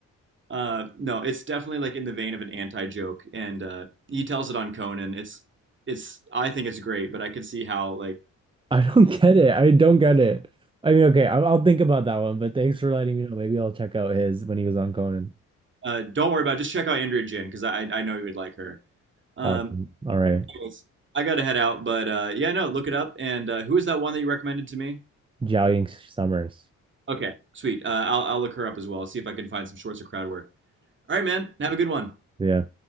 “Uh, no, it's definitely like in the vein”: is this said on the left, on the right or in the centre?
Right